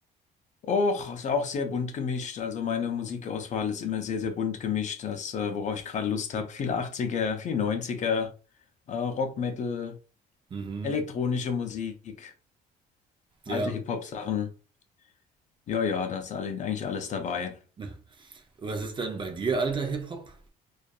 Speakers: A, on the left; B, on the right.
A: Och, ist auch sehr bunt gemischt. Also meine Musikauswahl ist immer sehr, sehr bunt gemischt. Das, äh, worauf ich gerade Lust habe. Viel achtziger, viel neunziger, äh, Rock, Metal,
B: Mhm.
A: elektronische Musik.
B: Ja.
A: Alte Hip-Hop-Sachen. Ja, ja, da ist alle, eigentlich alles dabei.
B: <laughs> Was ist denn bei dir alter Hip-Hop?